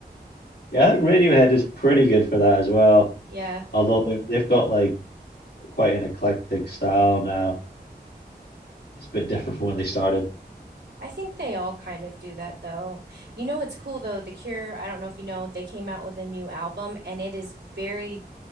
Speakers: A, on the left (about 80°); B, on the right (about 85°).
A: Yeah, I think Radiohead is pretty good for that as well.
B: Yeah.
A: Although they've they've got like quite an eclectic style now. It's a bit different from when they started.
B: I think they all kind of do that though. You know what's cool though? The Cure, I don't know if you know, they came out with a new album and it is very